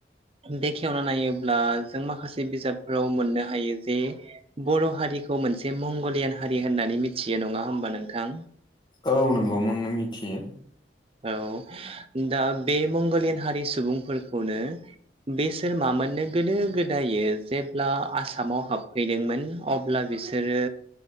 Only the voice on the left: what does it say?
औ नंगौमोन मिथियो।